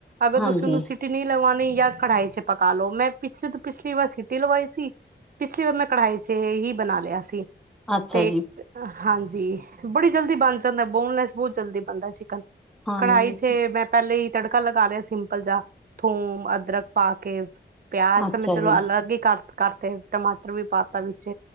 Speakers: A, on the right; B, in the centre.
A: ਅਗਰ
B: ਹਾਂਜੀ
A: ਤੁਸੀਂ ਉਹਨੂੰ ਸਟੀ ਨਹੀਂ ਲਵਾਉਣੀ ਜਾਂ ਕੜਾਈ ਚ ਪਕਾ ਲੋ। ਮੈਂ ਪਿਛਲੇ ਤੋਂ ਪਿਛਲੀ ਵਾਰ ਸਿਟੀ ਲਵਾਈ ਸੀ। ਪਿਛਲੀ ਵਾਰ ਮੈਂ ਕੜਾਈ ਚ ਹੀ ਬਣਾ ਲਿਆ ਸੀ।
B: ਅੱਛਾ
A: ਤੇ
B: ਜੀ
A: ਹਾਂਜੀ ਬੜੀ ਜਲਦੀ ਬਣ ਜਾਂਦਾ, ਬੋਨਲੈਸ ਬਹੁਤ ਜਲਦੀ ਬਣਦਾ ਚਿਕਨ
B: ਹਾਂਜੀ
A: ਕੜਾਹੀ ਚ ਮੈਂ ਪਹਿਲੇ ਹੀ ਤੜਕਾ ਲਗਾ ਲਯਾ ਸਿੰਪਲ ਜਾ ਥੋਮ, ਅਦਰਕ ਪਾ ਕੇ ਪਿਆਜ
B: ਅੱਛਾ
A: ਤਾਂ ਮੈਂ ਚਲੋ
B: ਜੀ
A: ਅਲੱਗ ਹੀ ਕਰ ਕਰਤੇ ਟਮਾਟਰ ਵੀ ਪਾ ਤਾ ਵਿੱਚ